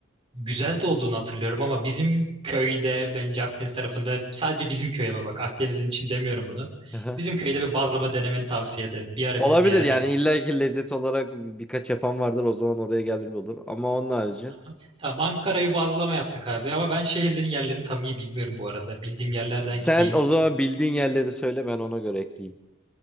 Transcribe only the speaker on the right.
güzel de olduğunu hatırlıyorum ama bizim köyde bence Akdeniz tarafında sadece bizim köy ama bak Akdeniz'in için demiyorum bunu.
Bizim köyde bir bazlama denemeni tavsiye ederim. Bir ara
bizi ziyarete
gel.
Aha. Tamam Ankara'yı bazlama yaptık abi ama ben şehirlerin yerlerini tam iyi bilmiyorum bu arada. Bildiğim yerlerden
gideyim.